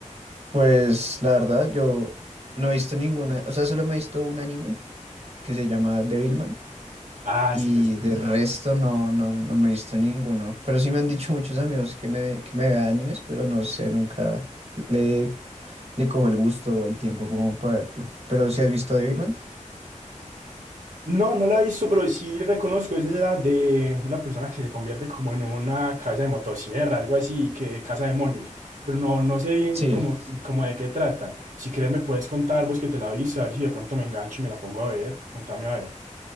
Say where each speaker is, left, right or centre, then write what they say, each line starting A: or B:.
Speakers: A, on the right; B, on the right.
A: pues la verdad yo no he visto ninguna, o sea, solo me he visto un anime que se llama Devilman.
B: Ah,
A: Y
B: sí, sí, sí. sí,
A: de
B: sí.
A: resto no, no, no me he visto ninguno. Pero sí me han dicho muchos amigos que me, que me vea animes, pero no sé, nunca le, le cojo el gusto o el tiempo como para verlo. Pero si has visto Devilman?
B: No, no la he visto, pero sí reconozco, es esa de una persona que se convierte como en una cabeza de motosierra, algo así, que caza demonios, pero no, no sé bien
A: Sí.
B: cómo, cómo de qué trata. Si quieres me puedes contar vos que te la viste, a ver si de pronto me engancho y me la pongo a ver, contame a ver.